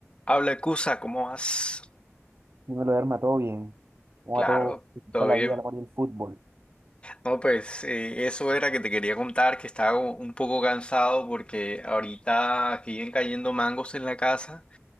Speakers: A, on the left; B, on the right.
A: Habla Cusa, ¿cómo vas?
B: Dímelo, Derma, todo bien. ¿Cómo
A: Claro,
B: va todo? ¿Qué
A: todo
B: tal
A: bien.
B: la vida, la amor y el fútbol?
A: No, pues eh, eso era que te quería contar, que estaba como un poco cansado porque ahorita aquí vienen cayendo mangos en la casa